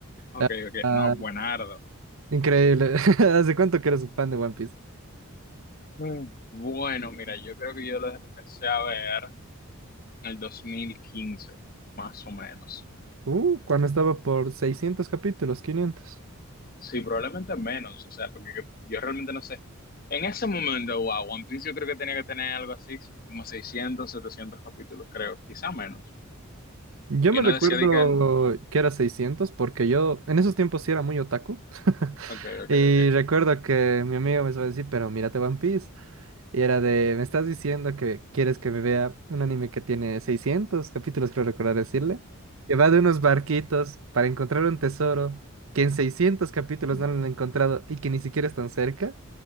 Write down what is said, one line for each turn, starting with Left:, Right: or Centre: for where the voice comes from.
Left: Ok,
Right: Ah,
Left: ok,
Right: ah,
Left: no, buenardo.
Right: increíble. <laughs> ¿Hace cuánto que eres un fan de One Piece?
Left: Mm. Bueno, mira, yo creo que yo lo empecé a ver en el 2015, más o menos.
Right: Uh, cuando estaba por 600 capítulos, quinientos
Left: Sí, probablemente menos, o sea, porque yo, yo realmente no sé. En ese momento, wow, One Piece yo creo que tenía que tener algo así, sí, como 600, 700 capítulos, creo, quizá menos.
Right: Yo
Left: Y
Right: me
Left: uno
Right: recuerdo
Left: decía de que,
Right: que era 600 porque yo en esos tiempos sí era muy otaku. <laughs>
Left: ok, ok,
Right: Y recuerdo que mi amigo me suele decir, pero mírate One Piece. Y era de, me estás diciendo que quieres que me vea un anime que tiene 600 capítulos, creo recordar decirle, que va de unos barquitos para encontrar un tesoro que en 600 capítulos
Left: ok.
Right: no lo han encontrado y que ni siquiera están cerca.